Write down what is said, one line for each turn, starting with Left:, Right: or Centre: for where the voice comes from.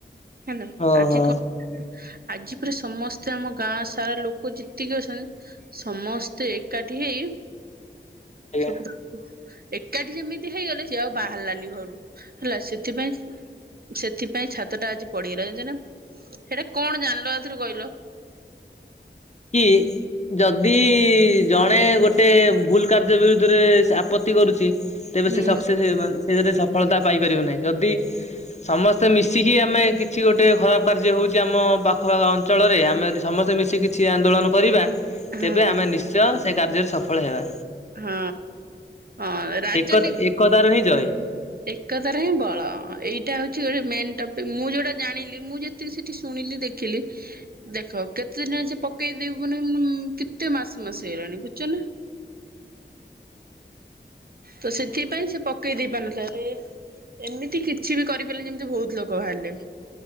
Right: ହେଲା
Left: ଓହୋ
Right: ଆଜି କ ଆଜି ପୁରା ସମସ୍ତେ ଆମ ଗାଁ ସାରା ଲୋକ ଯେତିକି ଅଛନ୍ତି ସମସ୍ତେ ଏକାଠି ହେଇ
Left: ଆଜ୍ଞା
Right: ସବୁତ ଏକାଠି ଯେମିତି ହେଇଗଲେ ସିଏ ଆଉ ବାହାରିଲାନି ଘରୁ ହେଲା ସେଥିପାଇଁ ସେଥିପାଇଁ ଛାତ ଟା ଆଜି ପଡିଗଲା ଜାଣିଛ ନା ହେଟା କଣ ଜାଣିଲ ଏଥିରୁ କହିଲ?
Left: କି ଯଦି ଜଣେ ଗୋଟେ ଭୁଲ କାର୍ଯ୍ୟ ବିରୁଦ୍ଧରେ ଆପତ୍ତି କରୁଛି ତେବେ
Right: ହୁଁ
Left: ସେ ଶକ୍ସେସ <unintelligible> ସେ ସଫଳତା ପାଇପାରିବ ନାହିଁ ଯଦି ସମସ୍ତେ ମିଶିକି ଆମେ କିଛି ଗୋଟେ ଖରାପ କାର୍ଯ୍ୟ ହଉ ଚି ଆମ ପାଖପାଖ ଅଞ୍ଚଳରେ ଆମେ ଯଦି ସମସ୍ତେ ମିଶିକି। କିଛି ଆନ୍ଦୋଳନ କରିବା
Right: ହଁ
Left: ତେବେ ଆମେ ନିଶ୍ଚୟ ସେ କାର୍ଯ୍ୟରେ ସଫଳ ହେବା।
Right: ହଁ ହଁ ରାଜନୀ।
Left: ଏକ ଏକତାରୁ ହିଁ ଜୟ।
Right: ଏକତାରେ ହିଁ ବଳ ଅ ଏଇଟା ହଉଛି ଗୋଟେ ମେନ ଟପିକ୍ ମୁଁ ଯୋଉଟା ଜାଣିଲି ମୁଁ ଯେ ଯେତିକି ସେଠି ଶୁଣିଲି ଦେଖିଲି। ଦେଖ କେତେ ଦିନ ସେ ପକେଇଦେବୁ ମାନେ ଉଁ ଉଁ କେତେ ମାସ ମାସ ହେଲାଣି ବୁଝୁଛ ନା। ତ ସେଥିପାଇଁ ସେ ପକେଇ ଦେଇ ପାରୁନଥିଲା ହେଲେ। ଏମିତି କିଛି ବି କରିପାରିଲେ ଯେମିତି ବହୁତ ଲୋକ ବାହାରିଲେ।